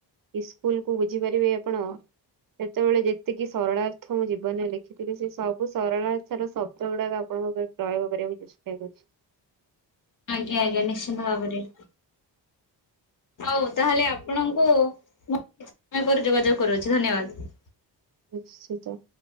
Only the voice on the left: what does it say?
ଆଜ୍ଞା ଆଜ୍ଞା ନିଶ୍ଚିନ୍ତ ଭାବରେ। ହଉ ତାହେଲେ ଆପଣଙ୍କୁ ମୁଁ ସମୟ ପରେ ଯୋଗାଯୋଗ କରୁଅଛି ଧନ୍ୟବାଦ।